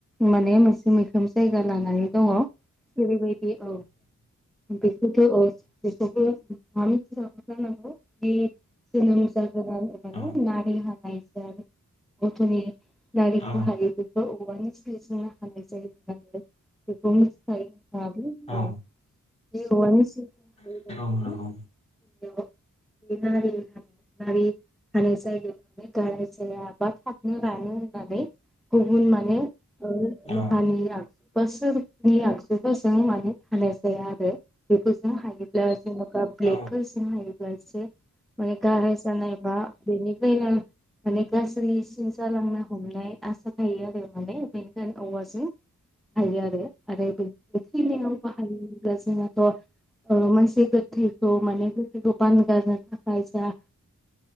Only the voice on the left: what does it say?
औ
औ
औ
नंगौ
औ
औ